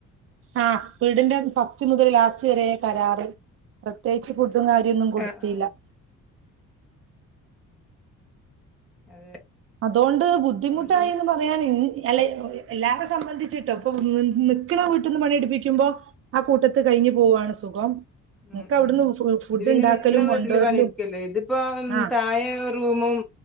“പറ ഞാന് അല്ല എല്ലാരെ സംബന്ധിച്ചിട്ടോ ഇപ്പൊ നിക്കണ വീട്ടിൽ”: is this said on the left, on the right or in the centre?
Right